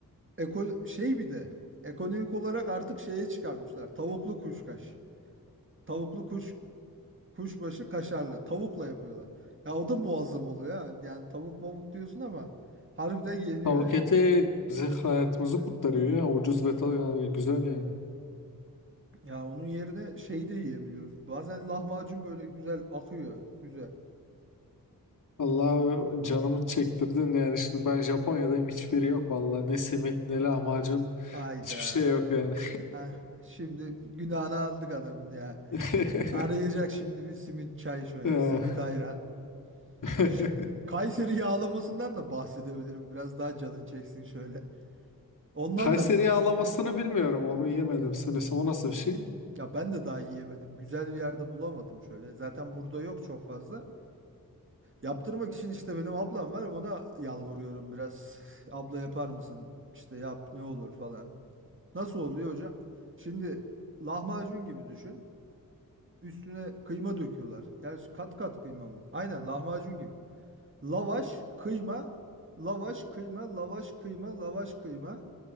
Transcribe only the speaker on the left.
Tavuk
eti bize hayatımızı kurtarıyor ya ucuz ve ta- yani güzel yani.
Allah canımı çektirdin yani şimdi ben Japonya'dayım hiçbiri yok vallahi ne simit ne lahmacun
hiçbir şey yok yani.
<laughs>
Ya.
<laughs>
Kayseri
yağlamasını bilmiyorum onu yemedim sanırsam o nasıl bir şey?